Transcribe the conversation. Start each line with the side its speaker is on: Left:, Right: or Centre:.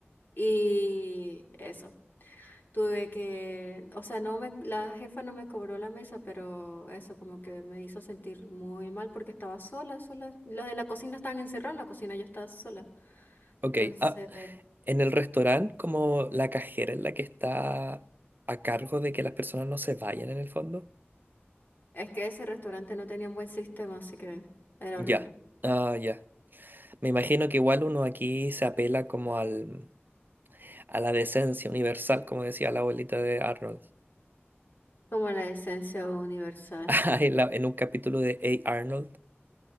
Left: y eso. Tuve que, o sea, no me, la jefa no me cobró la mesa, pero eso como que me hizo sentir muy mal porque estaba sola, sola. Los de la cocina estaban encerrados en la cocina, yo estaba sola.
Right: ok,
Left: Entonces,
Right: ah, en el restaurante, como la cajera es la que está a cargo de que las personas no se vayan en el fondo,
Left: es que ese restaurante no tenía un buen sistema, así que era
Right: ya.
Left: horrible.
Right: Ah, ya. Me imagino que igual uno aquí se apela como al, a la decencia universal, como decía la abuelita de Arnold,
Left: Como la esencia universal.
Right: <laughs> en la- en un capítulo de A. Arnold